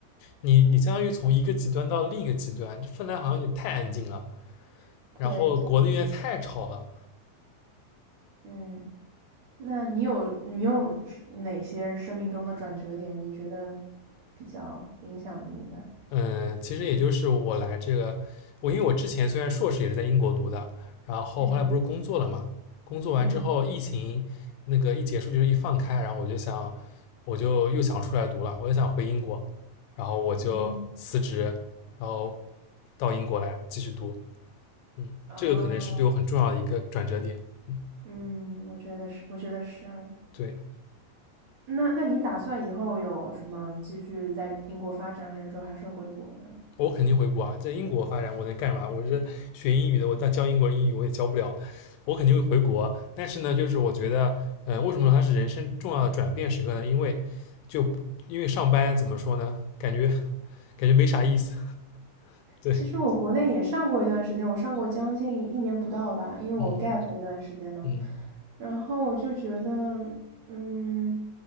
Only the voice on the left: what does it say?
你你相当于从一个极端到另一个极端，这芬兰好像有点太安静了，
然后国内有点太吵了。
嗯，其实也就是我来这个，我因为我之前虽然硕士也是在英国读的，然后后来不是工作了嘛，
工作完之后疫情那个一结束就是一放开，
然后我就想，我就又想出来读了，我就想回英国，然后我就辞职，
然后到英国来继续读，嗯，
这个可能是对我很重要的一个转折点，嗯，
对。
我肯定回国啊，在英国发展我能干嘛？我是学英语的，我但教英国人英语我也教不了，我肯定会回国。但是呢，就是我觉得，呃，为什么它是人生重要的转变时刻呢？因为就因为上班怎么说呢，感觉感觉没啥意思。<laughs> 对，
嗯
嗯，